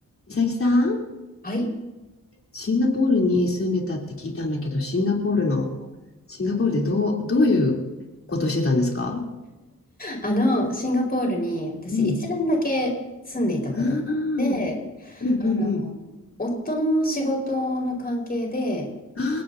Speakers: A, on the left (about 45°); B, on the left (about 30°).
A: 美咲さん、
B: はい。
A: シンガポールに住んでたって聞いたんだけど、シンガポールの、シンガポールでどう、どういうことしてたんですか
B: あの、シンガポールに私1年だけ住んでいたことがあって、
A: うん。あーうんうん
B: あの、夫の仕事の関係で
A: う